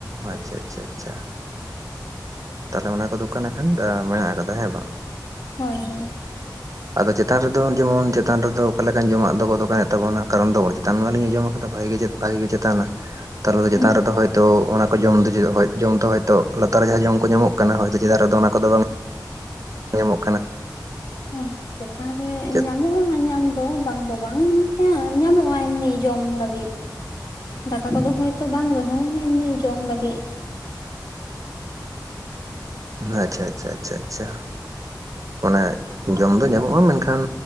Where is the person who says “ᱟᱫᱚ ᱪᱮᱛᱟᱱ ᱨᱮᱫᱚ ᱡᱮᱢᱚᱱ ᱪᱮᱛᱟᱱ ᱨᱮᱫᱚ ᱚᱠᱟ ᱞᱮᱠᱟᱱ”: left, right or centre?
Right